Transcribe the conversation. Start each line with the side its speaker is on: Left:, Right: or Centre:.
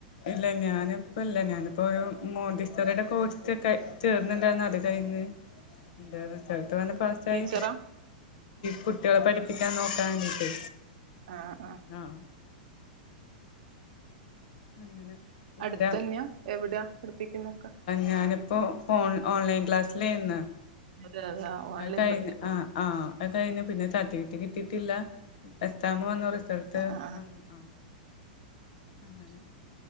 Left: ഇല്ല ഞാനിപ്പ ഇല്ല ഞാനിപ്പോൾ ഒരു മോണ്ടിസ്റ്റ റിടെ കോഴ്സൊക്കെ ചേർന്നണ്ടായിന്ന് അത് കഴിഞ്ഞ് എന്റെ റിസൾട്ട് വന്ന് പാസ്സായി
Right: ടീച്ചറാ
Left: കുട്ടികളെ പഠിപ്പിക്കാൻ നോക്കാഞ്ഞ്ട്ട്
Right: ആഹ് ആഹ്
Left: ആഹ് അങ്ങനെ ഇന്നലെ
Right: അടുത്ത തന്നെയാ എവിടെയാ പഠപ്പിക്കുന്നൊക്കെ
Left: ഞാനിപ്പോൾ ഓൺ ഓൺലൈൻ ക്ലാസ്സലെന്നു
Right: അതെ അതെ ഓൺലൈൻ
Left: അത് കഴിഞ്ഞു
Right: പഠിപ്പിക്കൽ
Left: ആഹ് ആഹ് അത് കഴിഞ് പിന്നെ സർട്ടിഫിക്കറ്റ് കിട്ടിയിട്ടില്ല എസ്താാം വന്ന ത്തടുത്ത്
Right: ആഹ് ആഹ് ആഹ്
Left: വന്ന് ആ അങ്ങാണ്